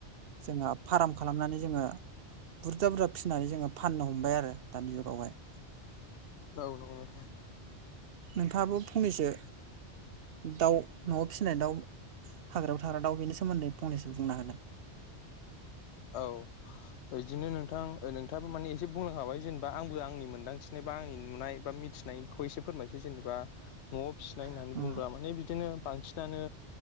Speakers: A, on the right; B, on the left.
A: जोङो फार्म खालामनानै जोङो बुरजा बुरजा फिनानै जोङो फाननो हमबाय आरो दानि जुगावहाय
B: औ नंगौ नों
A: नोंथाङाबो फंनैसो दाउ न'आव फिनाय दाउ हाग्रायाव थाग्रा दाउ बेनि सोमोनदै फंनैसो बुंना होनो
B: औ बिदिनो नोंथां ओ खाबो माने एसे बुंनोखाबाय जेनेबा आंबो आंनि मोनदांथिनाय बा आंनि नुनाय बा मिथिनायखौ एसे फोरमायसै जेनेबा न'आव फिसिनाय होननानै
A: उम
B: बुङोब्ला माने बिदिनो बांसिनानो